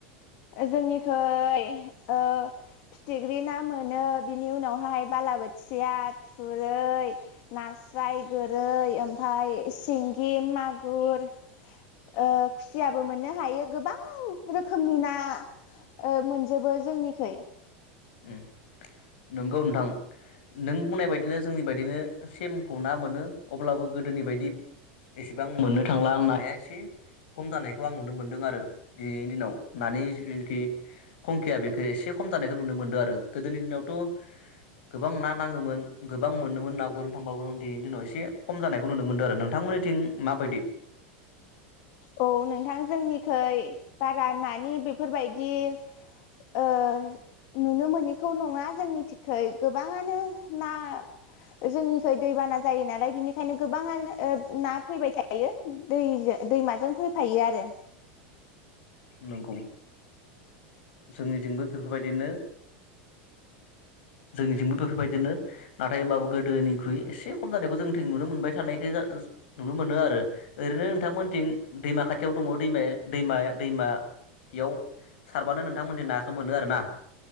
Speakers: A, on the left (about 45°); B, on the left (about 70°).
A: जोंनिखै ओ फिथिग्रि ना मोनो बिनि उनावहाय बालाबोथिया थुरै नास्राय गोरै ओमफाय सिंगि मागुर ओ खुसियाबो मोननो हायो गोबां रोखोमनि ना ओ मोनजोबो जोंनि खै ।
B: उम नंगौ नोंथां नों बुंनाय बायदिनो जोंनि बायदिनो सेमखौ ना मोनो अब्लाबो गोदोनि बायदि एसेबां मोननो थांला नाया एसे खम जानायखौ आं नुनो मोनदों आरो दिनैनि दिनाव नानि जिथुनाखि खंखिया बेखौ एसे खम जानायखौ नुनो मोनदो आरो गोदोनि दिनावथ गोबां ना नाङोमोन गोबां मोनोमोन ना गुरनो थांबाबो दिनैनि दिनाव इसे खम जानायखौ नुनो मोनदों आरो नोंथांमोननिथिं माबायदि?
A: औ नोंथां जोंनिखै बागै नानि बेफोरबायदि ओ नुनो मोनैखौ नङा जोंनिथिखै गोबाङानो ना जोंनिखै दैबाना जायो नालाय बिनिखायनो गोबाङानो ओ ना फैबाय थायो दैजो दैमा जों फैफायो आरो।
B: नंगौ जोंनिथिंबो बेफोरबायदिनो। जोंनिथिंबो बेफोरबायदिनो। नाथाय होनोमबाबो गोदोनिख्रुइ एसे खम जानायखौ जोंथिं नुनो मोनबाय थानायखो नुनो मोनो आरो ओरैनो नोंथांमोनथिं दैमा खाथियाव दङ दैमा दैमा दैमायाव सारबानो नोंथांमोननिथिं नाखौ मोनो आरो ना?